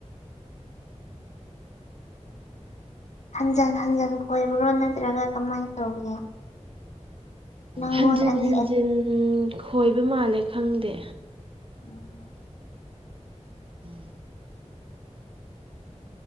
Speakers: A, on the left; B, on the right.
A: ꯍꯟꯖꯟ ꯍꯟꯖꯟ ꯈꯣꯏꯕ꯭ꯔꯣ ꯅꯠꯇ꯭ꯔꯒ ꯀꯃꯥꯏꯅ ꯇꯧꯒꯦ ꯂꯥꯡꯒꯣꯜ
B: ꯍꯟꯖꯤꯟ
A: ꯑꯅꯤ
B: ꯍꯟꯖꯤꯟ ꯈꯣꯏꯕ ꯃꯥꯜꯂꯦ ꯈꯪꯗꯦ
A: <inaudible>
B: <inaudible>